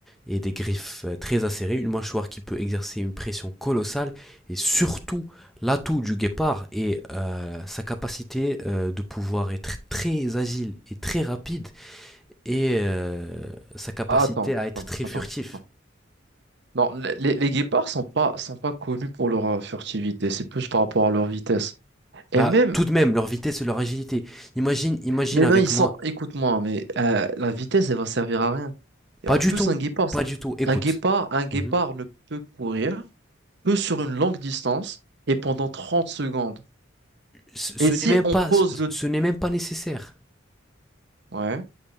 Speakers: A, in the centre; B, on the right (about 55°).
A: et des griffes euh, très acérées, une mâchoire qui peut exercer une pression colossale, et surtout l'atout du guépard est euh, sa capacité euh, de pouvoir être très agile et très rapide, et euh, sa capacité
B: Attends,
A: à être
B: attends,
A: très
B: attends.
A: furtif.
B: attends. Non, les, les- les guépards sont pas, sont pas connus pour leur euh, furtivité, c'est plus par rapport à leur vitesse. Et
A: Bah,
B: même,
A: tout de même, leur vitesse et leur agilité. Imagine, imagine
B: mais
A: avec
B: non, ils
A: moi.
B: sont, écoute-moi, mais euh, la vitesse, elle va servir à rien. Et
A: Pas
B: en
A: du
B: plus,
A: tout,
B: un guépard,
A: pas du tout. Écoute.
B: un guépard, un guépard
A: Mhm.
B: ne peut courir que sur une longue distance et pendant 30 secondes.
A: ce ce
B: Et si
A: n'est même
B: on
A: pas,
B: pose
A: ce
B: le...
A: ce n'est même pas nécessaire.
B: Ouais,